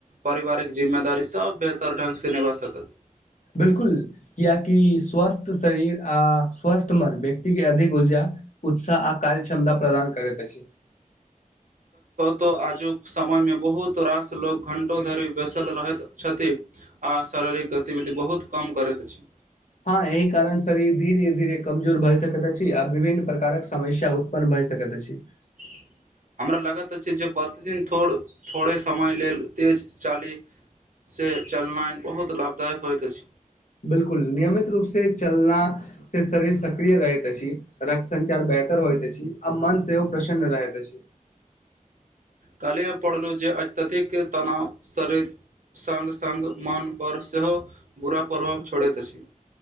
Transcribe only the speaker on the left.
बिलकुल किया कि स्वस्थ शरीर आ स्वस्थ मन व्यक्ति अधिक ऊर्जा उत्साह आ कार्य क्षमता प्रदान करैत अछि।
हँ एहि कारण शरीर धीरे धीरे कमजोर भए सकैत अछि आ विभिन्न प्रकारक समस्या उत्पन्न भ सकैत अछि
बिलकुल नियमित रूप से चलना से शरीर सक्रिय रहैत अछि रक्त संचार व बेहतर होइते आ मन सेहो प्रसन्न रहैते अछि